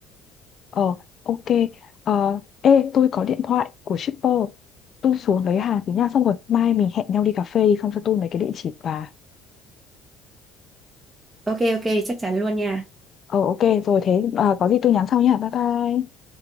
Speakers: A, on the left; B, on the right.
A: Ờ ok. Ờ ê tôi có điện thoại của shipper. Tôi xuống lấy hàng tí nha xong rồi mai mình hẹn nhau đi cà phê xong cho tôi mấy cái địa chỉ và
B: ok ok chắc chắn luôn nha
A: Ờ ok rồi thế à, có gì tôi nhắn sau nha. Bye bye.